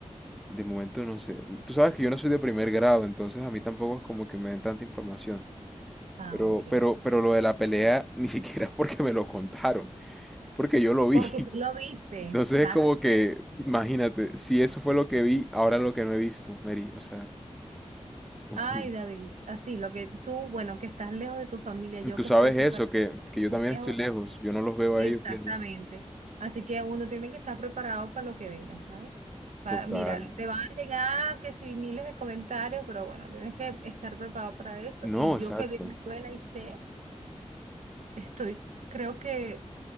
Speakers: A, in the centre; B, on the right (about 80°).
A: De momento no sé. Tú sabes que yo no soy de primer grado, entonces a mí tampoco es como que me den tanta información.
B: Ah,
A: Pero,
B: ok.
A: pero, pero lo de la pelea <laughs> ni siquiera es porque me lo contaron, porque yo lo vi.
B: Porque
A: <laughs>
B: tú lo viste,
A: Entonces
B: exacto.
A: es como que, imagínate, si eso fue lo que vi, ahora lo que no he visto, Mary. O sea, <laughs>
B: Ay, David, así lo que tú, bueno, que estás lejos de tu familia, yo
A: tú
B: que
A: sabes
B: estoy súper
A: eso, que, que yo también
B: lejos,
A: estoy lejos, yo no los veo a
B: exactamente.
A: ellos diario.
B: Así que uno tiene que estar preparado para lo que venga, ¿sabes? Para,
A: Total.
B: mira, te van a llegar que si miles de comentarios, pero bueno, tienes que estar preparado para eso.
A: No,
B: Y
A: exacto.
B: yo que vivo en escuela y sé, estoy, creo que